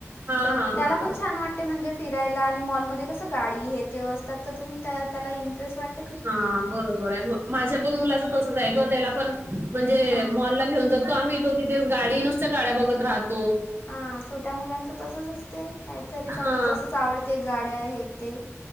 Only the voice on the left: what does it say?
तर
त्याला
पण छान वाट ते म्हणजे फिरायला आणि मॉलमध्ये कसं गाडी हे ते असतात त त्यातून त्याला इंटरेस्ट वाट.
हां हां
हा छोट्या मुलांचं तसंच असतं काहीतरी
त्यांना तसंच आवडते गाड्या येते.